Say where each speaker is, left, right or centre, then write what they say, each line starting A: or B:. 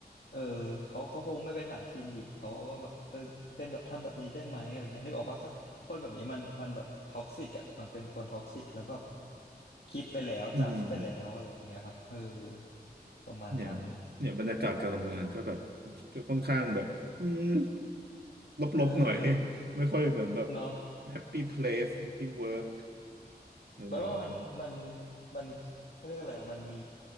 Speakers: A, on the left; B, on the right.
A: เออเขาเขาคงไม่ไปถามทีมลีดเขาว่าแบบเออเป็นแบบทำแบบนี้ได้ไหมอะไรเงี้ยนึกออกปะคนคนแบบนี้มันมันแบบท็อกซิกอะมันเป็นคนท็อกซิกแล้วแบบคิดไปแล้วจัดไปแล้วอะไรอย่างเงี้ยครับเออ
B: อืม
A: ประมาณนั้น
B: เนี่ย เนี่ยบรรยากาศการทำงานก็แบบค่อนข้างแบบอืม
A: เออ
B: ลบๆหน่อย <laughs> ไม่ค่อยเหมือนแบบ
A: เนาะ
B: Happy Place Happy Work แนวๆนั้น
A: แล้วว่ามันมันมันเขาเรียกอะไรอะมันมี